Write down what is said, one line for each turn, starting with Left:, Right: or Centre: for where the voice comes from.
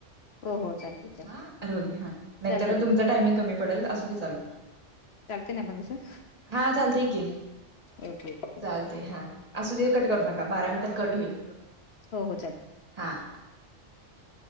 Left: हो हो चालते चालते
Right: हा राहुदे हा. नाहीतर
Left: चालते चालते
Right: तुमच टायमिंग कमी पडेल, असुदे चालू.
Left: चालतंय ना पण तसं?
Right: हा, चालतंय की.
Left: Okay okay.
Right: चालतय हां. असू देव कट
Left: हा
Right: करू नका. बारा मिनिटात कट होईल.
Left: हो हो चालते.
Right: हां.